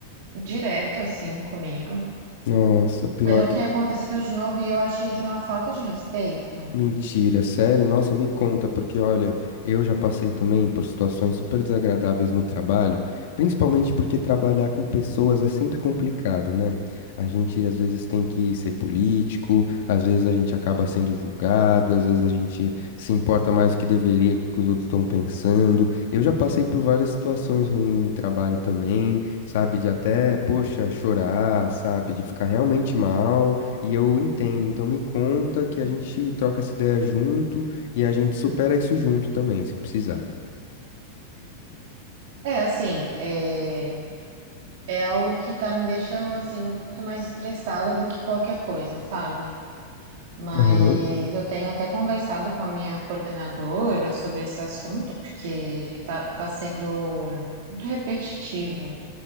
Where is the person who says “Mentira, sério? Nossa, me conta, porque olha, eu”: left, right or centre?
Left